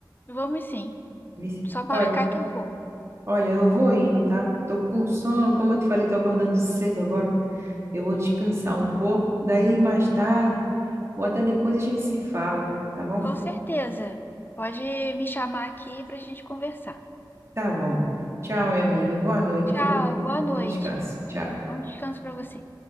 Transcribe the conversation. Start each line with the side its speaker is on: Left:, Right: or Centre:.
Left: Vamos sim,
Right: Vixe.
Left: só marcar
Right: Olha,
Left: que eu vou.
Right: olha, eu vou indo, tá? Tô com sono, como eu te falei, tô acordando cedo agora. Eu vou descansar um pouco. Daí mais tarde Ou até depois a gente se fala, tá bom?
Left: Com certeza. Pode me chamar aqui pra gente conversar.
Right: Tá bom. Tchau, minha amiga. Boa noite,
Left: Tchau,
Right: viu?
Left: boa
Right: Bom
Left: noite.
Right: descanso. Tchau.
Left: Bom descanso pra você.